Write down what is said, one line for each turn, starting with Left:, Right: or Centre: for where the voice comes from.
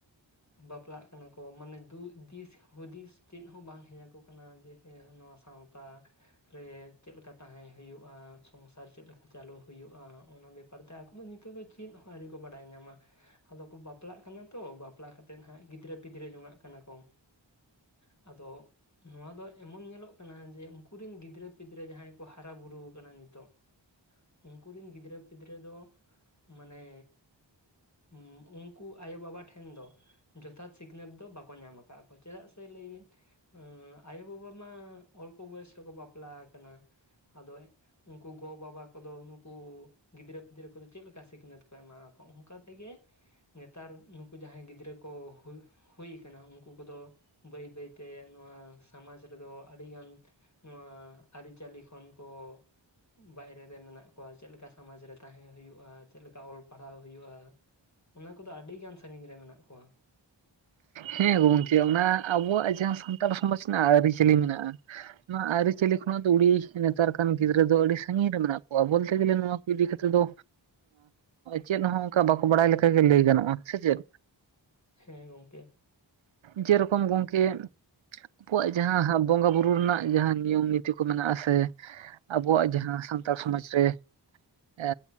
Left: ᱵᱟᱯᱞᱟᱜ ᱠᱟᱱᱟ ᱠᱚ ᱢᱟᱱᱮ ᱫᱩ ᱫᱤᱥ ᱦᱩᱫᱤᱥ ᱪᱮᱫ ᱦᱚᱸ ᱵᱟᱝ ᱦᱮᱡ ᱟᱠᱚ ᱠᱟᱱᱟ ᱡᱮ ᱦᱮᱸ ᱱᱚᱣᱟ ᱥᱟᱶᱛᱟ ᱨᱮ ᱪᱮᱫ ᱞᱮᱠᱟ ᱛᱟᱦᱮᱸ ᱦᱩᱭᱩᱜ-ᱟ ᱥᱚᱝᱥᱟᱨ ᱪᱮᱫ ᱞᱮᱠᱟ ᱪᱟᱹᱞᱩ ᱦᱩᱭᱩᱜ-ᱟ ᱚᱱᱟ ᱵᱮᱯᱟᱨ ᱯᱟᱨᱛᱮ ᱟᱠᱚ ᱫᱚ ᱱᱤᱛᱚᱜ ᱫᱚ ᱪᱮᱫ ᱦᱚᱸ ᱟᱹᱣᱨᱤ ᱠᱚ ᱵᱟᱰᱟᱭ ᱧᱟᱢᱟ ᱟᱫᱚ ᱠᱚ ᱵᱟᱯᱞᱟᱜ ᱠᱟᱱᱟ ᱛᱚ ᱵᱟᱯᱞᱟ ᱠᱟᱛᱮᱫ ᱦᱟᱸᱜ ᱜᱤᱫᱽᱨᱟᱹ ᱯᱤᱫᱽᱨᱟᱹ ᱡᱚᱱᱟᱜ ᱠᱟᱱᱟ ᱠᱚ ᱟᱫᱚ ᱱᱚᱣᱟ ᱫᱚ ᱮᱢᱚᱱ ᱧᱮᱞᱚᱜ ᱠᱟᱱᱟ ᱡᱮ ᱩᱱᱠᱩ ᱨᱤᱱ ᱜᱤᱫᱽᱨᱟᱹ ᱯᱤᱫᱽᱨᱟᱹ ᱡᱟᱦᱟᱸᱭ ᱠᱚ ᱦᱟᱨᱟ ᱵᱩᱨᱩ ᱟᱠᱟᱱᱟ ᱱᱤᱛᱚᱜ ᱩᱱᱠᱩ ᱨᱤᱱ ᱜᱤᱫᱽᱨᱟᱹ ᱯᱤᱫᱽᱨᱟᱹ ᱫᱚ ᱢᱟᱱᱮ ᱩᱸ ᱩᱱᱠᱩ ᱟᱭᱳ ᱵᱟᱵᱟ ᱴᱷᱮᱱ ᱫᱚ ᱡᱚᱛᱷᱟᱛ ᱥᱤᱠᱷᱱᱟᱹᱛ ᱫᱚ ᱵᱟᱠᱚ ᱧᱟᱢ ᱟᱠᱟᱜ ᱟᱠᱚ ᱪᱮᱫᱟᱜ ᱥᱮ ᱞᱟᱹᱭ ᱵᱤᱱ ᱟᱸ ᱟᱭᱳ ᱵᱟᱵᱟ ᱢᱟ ᱚᱞᱯᱚ ᱵᱚᱭᱚᱥ ᱨᱮᱠᱚ ᱵᱟᱯᱞᱟ ᱟᱠᱟᱱᱟ ᱟᱫᱚ ᱩᱱᱠᱩ ᱜᱚ-ᱵᱟᱵᱟ ᱠᱚᱫᱚ ᱱᱩᱠᱩ ᱜᱤᱫᱽᱨᱟᱹ ᱯᱤᱫᱽᱨᱟᱹ ᱠᱚᱫᱚ ᱪᱮᱫ ᱞᱮᱠᱟ ᱥᱤᱠᱷᱱᱟᱹᱛ ᱠᱚ ᱮᱢᱟ ᱠᱚ ᱚᱱᱠᱟ- ᱛᱮ ᱜᱮ ᱱᱮᱛᱟᱨ ᱱᱩᱠᱩ ᱡᱟᱦᱟᱸᱭ ᱜᱤᱫᱽᱨᱟᱹ ᱠᱚ ᱦᱩᱭ ᱦᱩᱭ ᱠᱟᱱᱟ ᱩᱱᱠᱩ ᱠᱚᱫᱚ ᱵᱟᱹᱭ ᱵᱟᱹᱭᱛᱮ ᱱᱚᱣᱟ ᱥᱟᱢᱟᱡᱽ ᱨᱮᱫᱚ ᱟᱹᱰᱤᱜᱟᱱ ᱱᱚᱣᱟ ᱟᱹᱨᱤ ᱪᱟᱹᱞᱤ ᱠᱷᱚᱱ ᱠᱚ ᱵᱟᱭᱨᱮ ᱨᱮ ᱢᱮᱱᱟᱜ ᱠᱚᱣᱟ ᱪᱮᱫ ᱞᱮᱠᱟ ᱥᱟᱢᱟᱡᱽ ᱨᱮ ᱛᱟᱦᱮᱸ ᱦᱩᱭᱩᱜ-ᱟ ᱪᱮᱫ ᱞᱮᱠᱟ ᱚᱞ ᱯᱟᱲᱦᱟᱣ ᱦᱩᱭᱩᱜ-ᱟ ᱚᱱᱟ ᱠᱚᱫᱚ ᱟᱹᱰᱤ ᱜᱟᱱ ᱥᱟᱺᱜᱤᱧ ᱨᱮ ᱢᱮᱱᱟᱜ ᱠᱚᱣᱟ ᱾
Right: ᱦᱮᱸ ᱜᱚᱢᱠᱮ ᱚᱱᱟ ᱟᱵᱚᱣᱟᱜ ᱡᱟᱦᱟᱸ ᱥᱟᱱᱛᱟᱲ ᱥᱚᱢᱟᱡᱽ ᱨᱮᱱᱟᱜ ᱟᱹᱨᱤᱪᱟᱹᱞᱤ ᱢᱮᱱᱟᱜ-ᱟ᱾ ᱱᱚᱣᱟ ᱟᱹᱨᱤᱪᱟᱹᱞᱤ ᱠᱷᱚᱱᱟᱜ ᱫᱚ ᱩᱲᱤ ᱱᱮᱛᱟᱨ ᱠᱟᱱ ᱜᱤᱫᱽᱨᱟᱹ ᱫᱚ ᱟᱹᱰᱤ ᱥᱟᱺᱜᱤᱧ ᱨᱮ ᱢᱮᱱᱟᱜ ᱠᱚᱣᱟ ᱵᱚᱞᱛᱮ ᱜᱮᱞᱮ ᱱᱚᱣᱟ- ᱤᱫᱤ ᱠᱟᱛᱮ ᱫᱚ ᱪᱮᱫ ᱦᱚᱸ ᱚᱱᱠᱟ ᱵᱟᱠᱚ ᱵᱟᱲᱟᱭ ᱞᱮᱠᱮ ᱞᱟᱹᱭ ᱜᱟᱱᱚᱜᱼᱟ ᱥᱮ ᱪᱮᱫ
Left: ᱦᱮᱸ ᱜᱚᱝᱠᱮ
Right: ᱡᱮ ᱨᱚᱠᱚᱢ ᱜᱚᱝᱠᱮ, ᱟᱵᱚᱣᱟᱜ ᱡᱟᱦᱟᱸ ᱵᱚᱸᱜᱟ ᱵᱩᱨᱩ <unintelligible> ᱨᱮᱱᱟᱜ ᱡᱟᱦᱟᱸ ᱱᱤᱭᱚᱢ ᱱᱤᱛᱤ ᱠᱚ ᱢᱮᱱᱟᱜ ᱥᱮ ᱟᱵᱚᱣᱟᱜ ᱡᱟᱦᱟᱸ ᱥᱟᱱᱛᱟᱲ ᱥᱚᱢᱟᱡᱽ ᱨᱮ ᱮᱻ